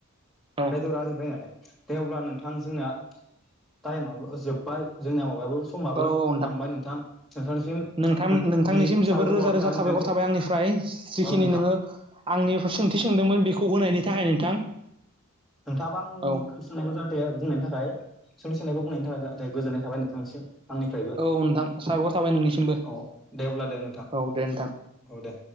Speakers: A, on the right; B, in the centre.
A: औ
B: बेदर आलि बायनानै दे अब्ला नोंथां जोंना टाइमाबबो जोब्बाय जोंनिया माबायाबो समाबो
A: औ औ
B: थांबाय नोंथां नोंथांनिसिम
A: नोंथां नोंथांनिसिम
B: आंनि
A: जोबोद
B: साबायखर
A: रोजा
B: बावनाय
A: रोजा साबायखर
B: नोंथांनिसिम
A: थाबाय आंनिफ्राय जिखिनि
B: औ नोंथां
A: नोङो आंनि सोंथि सोंदोंमोन बेखौ होनायनि थाखाय नोंथां
B: नोंथाङाबा आंनिसोननायखौ
A: औ
B: जाहाथे बुंनायनि थाखाय सोंथि सोंनायखौ बुंनायनि थाखाय <unintelligible> गोजोननाय थबाय नोंथांनिसिम आंनिफ्रायबो
A: औ औ नोंथां साबायखर थाबाय नोंनिसिमबो
B: औ दे अब्ला दे नोंथां
A: औ दे नोंथां
B: औ दे